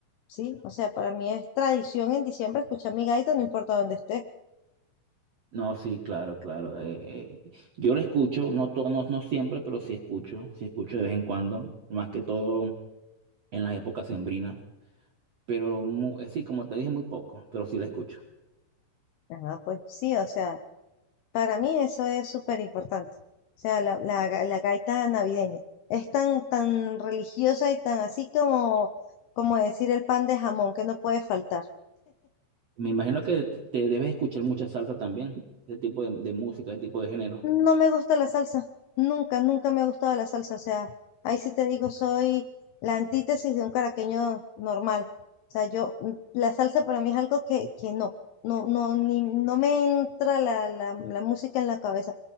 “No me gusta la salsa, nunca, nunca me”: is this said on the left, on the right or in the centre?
Left